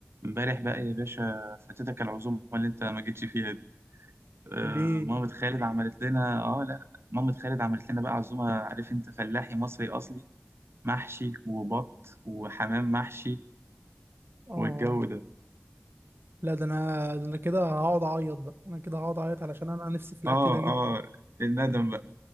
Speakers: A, on the right (about 75°); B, on the right (about 65°).
A: امبارح بقى يا باشا فاتتك العزومة اللي انت ما جيتش فيها دي آه،
B: ليه
A: مامة خالد عملت لنا اه لا مامة خالد عملت لنا بقى عزومة عارف انت فلاحي مصري اصلي محشي وبط وحمام محشي
B: اه
A: والجو ده
B: لا ده انا ده انا كده هقعد اعيط بقى انا كده هقعد اعيط علشان انا نفسي في الاكل
A: اه
B: ده جدا
A: اه الندم بقى